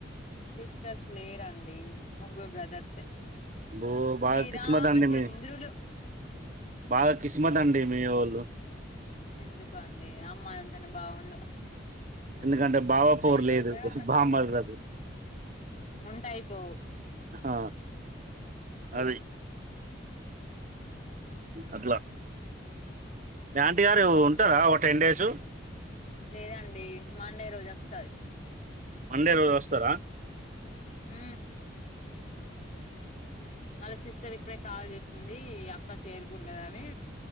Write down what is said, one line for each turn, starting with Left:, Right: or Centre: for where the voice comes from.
Left: సిస్టర్స్ లేరండి ముగ్గురు బ్రదర్సే
Right: బో బాగా
Left: శ్రీరామచంద్రులు
Right: కిస్మత్ అండి మీ బాగా కిస్మత్ అండి మీ వోళ్ళు
Left: ఎందుకో అండి అమ్మాయి ఉంటేనే బాగుండు
Right: ఎందుకంటే బావ
Left: అమ్మాయి
Right: పోరు
Left: లేక
Right: లేదు
Left: కష్టాలు
Right: బామ్మలకు
Left: వస్తు ఉంటే అయిపోవు
Right: ఆ
Left: చీ
Right: అది అట్లా మీ ఆంటీ గారు ఉంటార ఒక టెన్ డేసు
Left: లేదండి మండే రోజు వస్తది
Right: మండే రోజు వస్తార
Left: హు వాళ్ళ సిస్టర్ ఇప్పుడే కాల్ చేసింది అక్క చేరుకుండదని